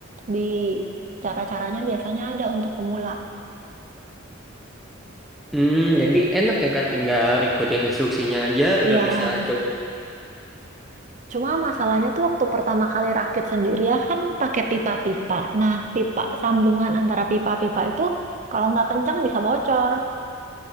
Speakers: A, on the right; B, in the centre.
A: di cara-caranya biasanya ada untuk pemula.
B: Hmm, jadi enak ya Kak, tinggal ikutin instruksinya aja
A: Iya.
B: udah bisa coba.
A: Cuma masalahnya tuh waktu pertama kali rakit sendiri ya kan pakai pipa-pipa. Nah, pipa sambungan antara pipa-pipa itu kalau nggak kencang bisa bocor.